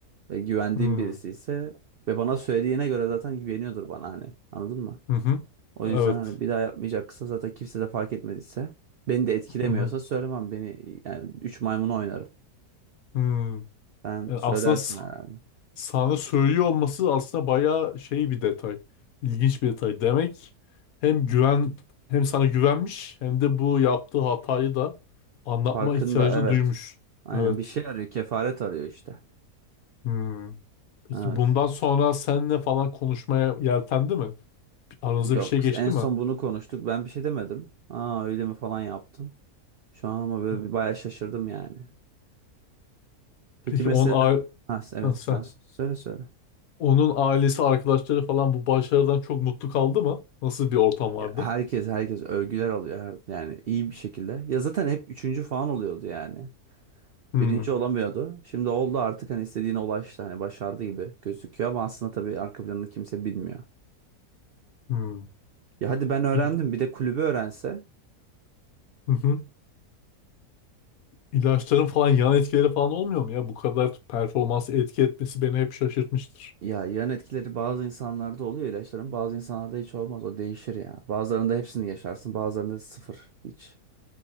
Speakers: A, on the right; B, on the left.
A: ve güvendiğim
B: Hı
A: birisi ise ve bana söylediğine göre zaten güveniyordur bana hani anladın mı?
B: hı. hı.
A: O
B: Evet.
A: yüzden hani bir daha yapmayacaksa zaten kimse de fark etmediyse beni de etkilemiyorsa
B: Hı hı.
A: söylemem beni yani üç maymunu oynarım.
B: Hmm.
A: Sen
B: Yani
A: söylersin
B: aslında s-
A: herhalde.
B: sana söylüyor olması aslında bayağı şey bir detay. İlginç bir detay. Demek hem güven hem sana güvenmiş hem de bu yaptığı hatayı da anlatma
A: Farkında
B: ihtiyacı
A: evet.
B: da duymuş.
A: Aynen
B: Evet.
A: bir şey arıyor kefaret arıyor işte.
B: Hmm. Peki
A: Evet.
B: bundan sonra seninle falan konuşmaya yeltendi mi? Aranızda
A: Yok
B: bir şey geçti
A: en son
B: mi?
A: bunu konuştuk ben bir şey demedim. Aa öyle mi falan yaptım. Şu an ama böyle
B: Hmm.
A: bir bayağı şaşırdım yani. Peki
B: Peki
A: mesela
B: on a
A: ha, evet
B: Ha, sen
A: sen s- söyle söyle.
B: onun ailesi, arkadaşları falan bu başarıdan çok mutlu kaldı mı? Nasıl bir ortam vardı?
A: Ya Herkes herkes övgüler alıyor her, yani iyi bir şekilde. Ya zaten hep üçüncü falan oluyordu yani.
B: Hmm.
A: Birinci olamıyordu. Şimdi oldu artık hani istediğine ulaştı hani başardı gibi gözüküyor ama aslında tabii arka planını kimse bilmiyor.
B: Hmm.
A: Ya hadi ben
B: Bu
A: öğrendim
B: il-
A: bir de kulübü öğrense.
B: Hı hı. İlaçların falan yan etkileri falan olmuyor mu ya? Bu kadar performansı etki etmesi beni hep şaşırtmıştır.
A: Ya yan etkileri bazı insanlarda oluyor ilaçların bazı insanlarda hiç olmaz o değişir ya. Bazılarında hepsini yaşarsın bazılarında sıfır hiç